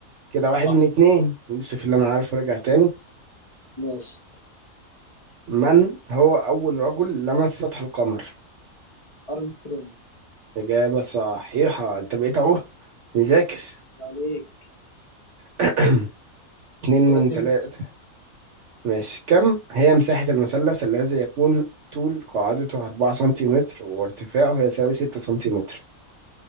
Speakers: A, on the right; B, on the left.
A: كده واحد
B: صح
A: من اتنين يوسف اللي أنا عارفه رجع تاني
B: ماشي
A: من هو أول رجل لمس سطح القمر
B: أرمسترونج
A: إجابة صحيحة أنت بقيت أهو مذاكر
B: عليك
A: <clears throat> اتنين
B: كده
A: من
B: اتنين
A: تلاتة
B: من
A: ماشي كم هي مساحة المثلث الذي يكون طول قاعدته أربعة سنتيمتر وارتفاعه يساوي ستة سنتيمتر